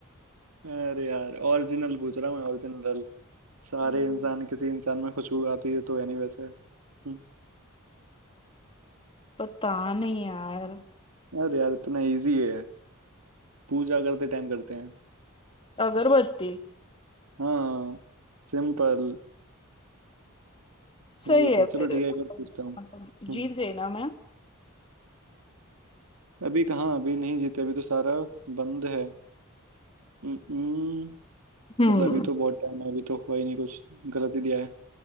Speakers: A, on the right; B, on the left.
A: <laughs> अरे यार ओरिजिनल पूछ रहा हूँ मैं ओरिजिनल सारे
B: हम्म,
A: इंसान किसी इंसान में खुशबू आती है तो है नहीं वैसे हम्म,
B: पता नहीं यार
A: अरे यार इतना इजी है पूजा करते टाइम करते हैं
B: अगरबत्ती
A: हाँ सिंपल
B: सही
A: वही
B: है
A: तो
B: फिर
A: चलो ठीक है एक और पूछता हूँ
B: मतलब
A: हम्म।
B: जीत गई ना मैं
A: अभी कहाँ अभी नहीं जीते अभी तो सारा बंद है हम्म,
B: हम्म
A: मतलब अभी तो बहुत टाइम है अभी तो हुआ ही नहीं कुछ गलत ही दिया है